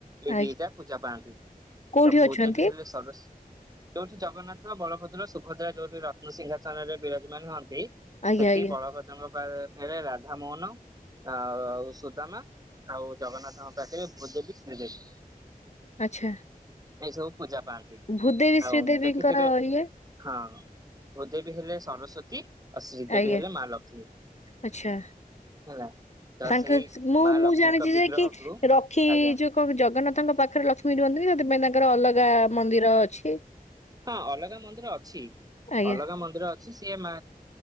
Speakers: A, on the right; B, on the left.
A: ଏଇ
B: ଆଜ୍ଞା
A: ଦିଇଟା ପୂଜା ପାନ୍ତି
B: କୋଉଠି
A: ତ ଭୂଦେବୀ
B: ଅଛନ୍ତି?
A: ହେଲେ ସରସ୍ ଯୋଉଠି ଜଗନ୍ନାଥ ବଳଭଦ୍ର ସୁଭଦ୍ରା ଯୋଉଠି ରତ୍ନସିଂହାସନ ରେ ବିରାଜମାନ ହଅନ୍ତି
B: ଆଜ୍ଞା
A: ସେଠି
B: ଆଜ୍ଞା
A: ବଳଭ୍ରଦଙ୍କ ପାଖରେ ରାଧ ମୋହନ ଆଉ ଆଉ ସୁଦାମା ଆଉ ଜଗନ୍ନାଥଙ୍କ ପାଖରେ ଭୂ ଦେେବୀ ଶ୍ରୀଦେବୀ।
B: ଆଚ୍ଛା।
A: ଏଇ ସବୁ ପୂଜା ପାଆନ୍ତି
B: ଭୂଦେବୀ
A: ଆଉ
B: ଶ୍ରୀଦେବୀଙ୍କର
A: ଦେଖିଥିବେ
B: ଇଏ
A: ହଁ, ଭୂଦେବୀ ହେଲେ ସରସ୍ଵତୀ ଆଉ ଶ୍ରୀଦେବୀ
B: ଆଜ୍ଞା
A: ହେଲେ ମାହା ଲକ୍ଷ୍ମୀ।
B: ଆଚ୍ଛା।
A: ହେଲା। ତ
B: ତାଙ୍କ
A: ସେଇ
B: ମୁଁ
A: ମା
B: ମୁଁ
A: ଲକ୍ଷ୍ମୀଙ୍କ
B: ଜାଣିଛି
A: ବିଗ୍ରହକୁ
B: ଯେ କି ରଖି
A: ଆଜ୍ଞା
B: ଯୋଉ କଣ ଜଗନ୍ନାଥଙ୍କ ପାଖରେ ଲକ୍ଷ୍ମୀ ରିଅନ୍ତି କି ସେଥିପାଇ ତାଙ୍କର ଅଲଗା ମନ୍ଦିର ଅଛି।
A: ହଁ ଅଲଗା ମନ୍ଦିର ଅଛି
B: ଆଜ୍ଞା
A: ଅଲଗା ମନ୍ଦିର ଅଛି। ଅ ସିଏ ମା